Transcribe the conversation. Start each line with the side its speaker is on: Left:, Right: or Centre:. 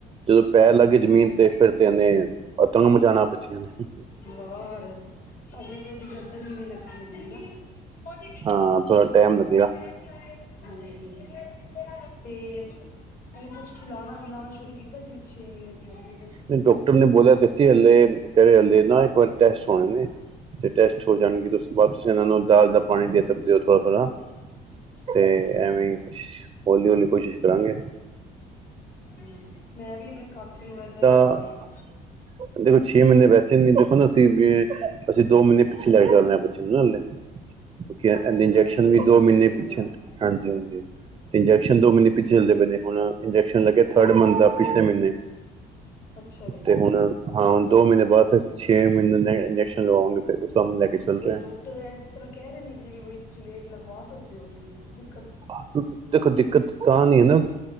Right: ਜਦੋਂ ਪੈਰ ਲੱਗਏ
Left: ਹਾਂਜੀ
Right: ਜ਼ਮੀਨ ਤੇ ਫਿਰ, ਤੇ ਇਹਨੇ ਅਤੰਗ ਮਚਾਣਾ ਬੱਚਿਆਂ ਨੇ,
Left: ਹੋਰ ਅਸੀਂ ਤੇ ਉਹਦੀ ਗਰਦਨ ਨੀ ਲੱਗੀ ਉਹਦੀ
Right: ਹਾਂ ਥੋੜਾ ਟਾਈਮ ਲੱਗੇਗਾ
Left: ਹਨਾ, <unintelligible> ਹਾਂਜੀ, ਤੇ ਇਹਨੂੰ ਕੁਛ ਖਿਲਾਣਾ ਪਿਉਣਾ ਸ਼ੁਰੂ ਕੀਤਾ ਜਿਵੇਂ ਛੇ ਮਹੀਨੇ ਦੀ ਹੋ ਗੀ ਬ
Right: ਨਹੀਂ ਡਾਕਟਰ ਨੇ ਬੋਲਿਆ ਤੇ ਸੀ ਹੱਲੇ ਕਰੇ ਹੱਲੇ ਨਾ ਇੱਕ ਵਾਰੀ ਟੈਸਟ ਹੋਣੇ ਨੇ। ਤੇ ਟੈਸਟ ਹੋ ਜਾਣਗੇ ਤੇ ਉਸ ਤੋਂ ਬਾਅਦ ਤੁਸੀਂ ਇਹਨਾਂ ਨੂੰ ਦਾਲ ਦਾ, ਪਾਣੀ ਦੇ ਸਕਦੇ ਹੋ ਥੋੜ੍ਹਾ-ਥੋੜ੍ਹਾ,
Left: ਹਾਂਜੀ
Right: ਤੇ
Left: ਹਾਂਜੀ।
Right: ਐਵੇਂ ਕੁਛ। ਹੌਲੀ-ਹੌਲੀ ਕੋਸ਼ਿਸ਼ ਕਰਾਂਗੇ।
Left: ਹੂੰ, ਮੈਂ ਵੀ ਆਪਣੇ ਕਾਕੇ ਨੂੰ ਏਦਾਂ ਹੀ
Right: ਹ
Left: <unintelligible>
Right: ਦੇਖੋ ਛੇ ਮਹੀਨੇ ਵੈਸੇ ਨੀ ਦੇਖੋ ਨਾ ਅਸੀਂ ਵੀ ਅਸੀਂ ਦੋ ਮਹੀਨੇ ਪਿੱਛੇ ਲੈ ਕੇ ਚਲਦੇ ਬੱਚੇ ਨੂੰ ਨਾ ਹਲੇ। ਕਿਉਂਕਿ ਇਹਦੇ
Left: ਹਾਂਜੀ ਉਹ
Right: ਇੰਜੈਕਸ਼ਨ
Left: ਤੁਹਾਡਾ ਪ੍ਰੀ ਮੈਚੋਰ
Right: ਵੀ ਦੋ ਮਹੀਨੇ
Left: ਸੀ ਨਾ
Right: ਪਿੱਛੇ
Left: ਥੋੜਾ।
Right: ਹਾਂਜੀ- ਹਾਂਜੀ। ਤੇ ਇੰਜੈਕਸ਼ਨ
Left: ਹੂੰ
Right: ਦੋ ਮਹੀਨੇ ਪਿੱਛੇ ਚੱਲਦੇ ਪਏ ਨੇ ਹੁਣ ਇੰਜੈਕਸ਼ਨ ਲੱਗੇ ਥਰਡ ਮੰਥ ਦਾ ਪਿਛਲੇ ਮਹੀਨੇ।
Left: ਅੱਛਾ ਜੀ
Right: ਤੇ ਹੁਣ ਹਾਂ ਦੋ ਮਹੀਨੇ ਬਾਅਦ ਫਿਰ ਛੇ ਮਹੀਨੇ ਦੇ ਇੰਜੈਕਸ਼ਨ ਲਵਾਵਾਂਗੇ ਫੇਰ ਉਸ ਸਾਬ ਨਾਲ ਲੈ ਕੇ। ਚੱਲ
Left: ਤੇ
Right: ਰਹੇ
Left: ਡਾਕਟਰ ਇਸ ਤਰ੍ਹਾਂ ਕਹਿ ਰਹੇ ਨੇ ਜਿਵੇਂ ਵੀ ਤੁਸੀਂ ਲੇਟ ਲਗਵਾ ਸਕਦੇ ਹੋ ਜਿਨੂੰਕੁ ਦੇ।
Right: <unintelligible> ਦੇਖੋ ਦਿੱਕਤ ਤਾਂ ਨਹੀਂ ਹੈ ਨਾ